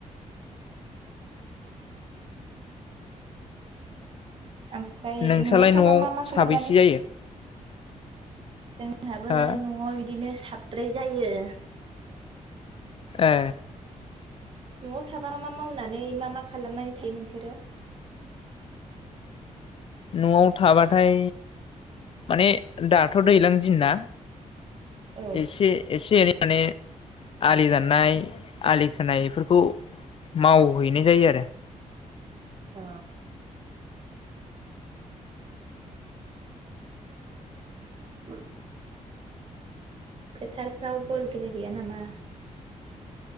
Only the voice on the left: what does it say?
नोंस्रालाय
साबैसे जायो
हो
ए।
न'आव थाबाथाय माने दाथ' दैलां दिन ना।
एसे एसे एनै माने आलि दाननाय आलि खोनाय इफोरखौ मावहैनाय जायो आरो